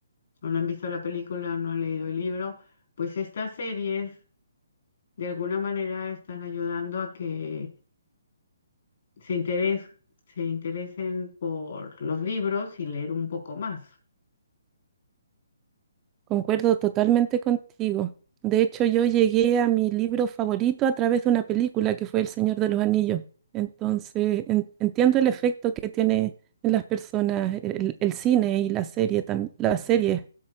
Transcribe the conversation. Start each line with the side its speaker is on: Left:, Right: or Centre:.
Left: o no han visto la película, no han leído el libro, pues estas series de alguna manera están ayudando a que se interes- se interesen por los libros y leer un poco más.
Right: Concuerdo totalmente contigo. De hecho, yo llegué a mi libro favorito a través de una película que fue El Señor de los Anillos. Entonces, en- entiendo el efecto que tiene en las personas el, el cine y la serie, tam- las series